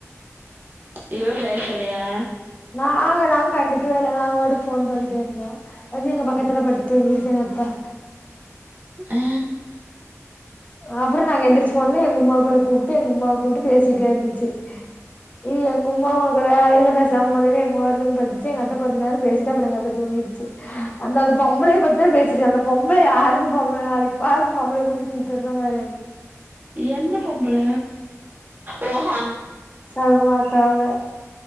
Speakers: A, on the right; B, on the left.
A: இவ பேசலையா
B: நாங்கத கண்டுக் க்வே இல்ல நாங்க பாட்டுக்கு போன் பாத்துட்டே இருந்தோ வந்து எங்க பக்கத்துல படுத்து துங்கிருச்சு எங்க அத்த
A: ஆ
B: அப்பறோ நாங்க எந்திரிச்சு போன்னே எங்க உம்மா கூட கூப்டு எங்க உம்மாவ கூப்டு பேசிட்டே இருந்துச்சு இ எங்க உம்மா உனக்கு வேல இல்ல பேசாம போங்கன்னு எங்க உம்மா வாட்டுக்கு வந்து படுத்திருச்சு எங்க அத்த கொஞ்சோ நேரோ பேசிட்டு அப்றோ எங்க அத்த தூங்கி போய்சு அந்த அந்த பொம்பளைய பத்திதா பேசிட்டு அந்த பொம்பளைய யாரு இந்த பொம்பள அதுக்கு பாரு பொம்பள புடிச்சு! !!!!!!!!! பாரு
A: எந்த பொம்பள ஓஹோ
B: சல்மாக்காக